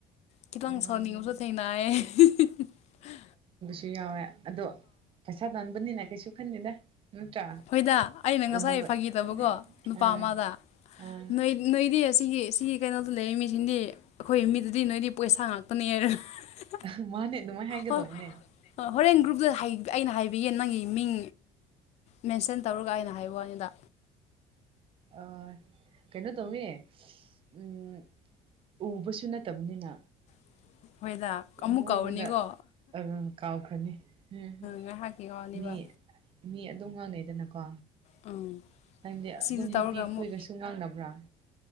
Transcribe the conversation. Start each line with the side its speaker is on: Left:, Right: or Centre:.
Left: ꯈꯤꯇꯪ
Right: ꯎꯝ
Left: ꯁꯥꯎꯅꯤꯡꯕꯁꯨ ꯊꯦꯡꯅꯥꯏꯌꯦ ꯍ ꯍ
Right: ꯁꯨ ꯌꯥꯎꯋꯦ ꯑꯗꯣ ꯄꯩꯁꯥ ꯇꯥꯟꯕꯅꯤꯅ ꯀꯩꯁꯨ ꯈꯟꯗꯦꯗ ꯅꯠꯇ꯭ꯔꯥ
Left: ꯍꯣꯏꯗ ꯑꯩꯅ ꯉꯁꯥꯏ
Right: ꯎꯅꯕ
Left: ꯐꯥꯒꯤꯇꯧꯕꯀꯣ ꯅꯨꯄꯥ
Right: ꯑꯥ
Left: ꯑꯃꯗ
Right: ꯑ
Left: ꯅꯣꯏ ꯅꯣꯏꯗꯤ ꯑꯁꯤꯒꯤ ꯁꯤꯒꯤ ꯀꯩꯅꯣꯗ ꯂꯩ ꯃꯤꯁꯤꯡꯗꯤ ꯑꯩꯈꯣꯏ ꯃꯤꯗꯨ ꯑꯗꯨꯗꯤ ꯅꯣꯏꯗꯤ ꯄꯣꯢꯁꯥ ꯉꯥꯛꯇꯅꯦ ꯍꯥꯢꯔ ꯑꯍꯥ
Right: ꯃꯥꯅꯦ ꯑꯗꯨꯃꯥꯏꯅ ꯍꯥꯏꯒꯗꯧꯕꯅꯦ
Left: ꯑꯣ ꯑ ꯍꯣꯔꯦꯟ ꯒ꯭ꯔꯨꯞꯇ ꯍꯥꯢ ꯑꯩꯅ ꯍꯥꯏꯕꯤꯒꯦ ꯅꯪꯒꯤ ꯃꯤꯡ ꯃꯦꯟꯁꯟ ꯇꯧꯔꯒ ꯑꯩꯅ ꯍꯥꯏꯕ ꯋꯥꯅꯤꯗ
Right: ꯑ ꯀꯩꯅꯣ ꯇꯧꯏ ꯎꯝ ꯎꯕꯁꯨ ꯅꯠꯇꯕꯅꯤꯅ
Left: <inaudible> ꯑꯃꯨꯛ
Right: ꯃꯣꯏꯉꯣꯟꯗ
Left: ꯀꯧꯔꯅꯤꯀꯣ
Right: ꯑꯥ ꯀꯥꯎꯈ꯭ꯔꯅꯤ ꯑꯝ ꯍꯝ
Left: ꯉꯥꯏꯍꯥꯛꯀꯤ ꯋꯥꯅꯤꯕ
Right: ꯃꯤ ꯃꯤ ꯑꯗꯨꯝ ꯉꯥꯡꯅꯩꯗꯅ ꯀꯣ
Left: ꯎꯝ
Right: ꯅꯪꯗꯤ
Left: ꯑꯁꯤꯗ
Right: ꯑꯗꯨꯝ
Left: ꯇꯧꯔꯒ
Right: ꯅꯨꯄꯤ
Left: ꯑꯃꯨꯛ
Right: ꯈꯨꯣꯏꯒꯁꯨ ꯉꯥꯡꯅꯕ꯭ꯔꯥ